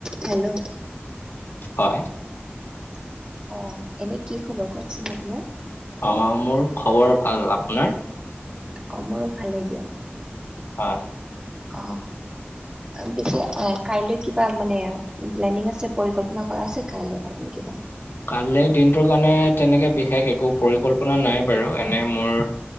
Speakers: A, on the right; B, on the left.
A: হেল্ল'
B: হয়
A: অ এনে কি খবৰ কওকচোন আপোনাৰ
B: অ মোৰ খবৰ ভাল আপোনাৰ
A: অ মোৰো ভালে দিয়ক
B: হয়
A: অ পিছে কাইলৈ কিবা মানে প্লেনিং আছে পৰিকল্পনা কৰা আছে কাইলৈ কাৰণে কিবা
B: কালিৰ দিনটোৰ কাৰণে তেনেকে বিশেষ একো পৰিকল্পনা নাই বাৰু এনে মোৰ